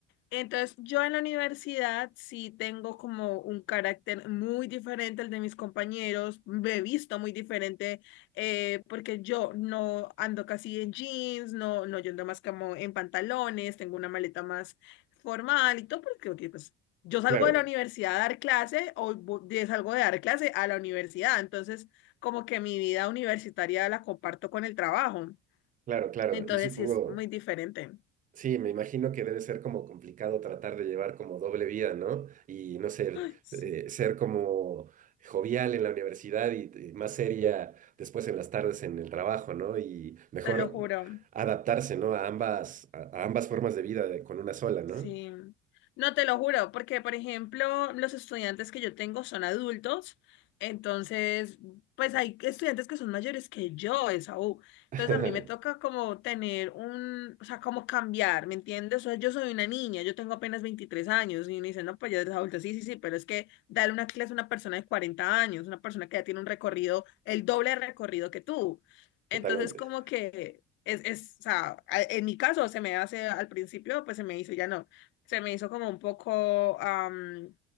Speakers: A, on the left; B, on the right.
A: Entonces, yo en la universidad sí tengo como un carácter muy diferente al de mis compañeros, me he visto muy diferente, eh, porque yo no ando casi en jeans, no, no, yo ando más como en pantalones, tengo una maleta más formal y todo, porque ok, pues, yo salgo
B: Claro,
A: de la universidad a dar clase o vo- de- salgo de dar clase a la universidad, entonces como que mi vida universitaria la comparto con el trabajo,
B: claro, claro.
A: entonces
B: Y supongo...
A: sí es muy diferente. <gasps>
B: Sí, me imagino que debe ser como complicado tratar de llevar como doble vida, ¿no? Y no sé,
A: Ay, sí,
B: eh, ser como jovial en la universidad y, y más seria después en las tardes en el trabajo, ¿no? Y mejor
A: te lo juro.
B: adaptarse, ¿no? A ambas, a, a ambas formas de vida de- con una sola, ¿no?
A: Sí. No te lo juro, porque por ejemplo, los estudiantes que yo tengo son adultos, entonces, pues hay estudiantes que son mayores que yo, Esaú. Entonces
B: <laughs>
A: a mí me toca como tener un, o sea, como cambiar, ¿me entiendes? O sea, yo soy una niña, yo tengo apenas 23 años y me dicen, no, pues ya eres adulta, sí, sí, sí, pero es que darle una clase a una persona de 40 años, una persona que ya tiene un recorrido, el doble de recorrido que tú. Entonces,
B: Totalmente.
A: como que es, es, o sea, a- en mi caso se me hace, al principio, pues se me hizo, ya no, se me hizo como un poco, am,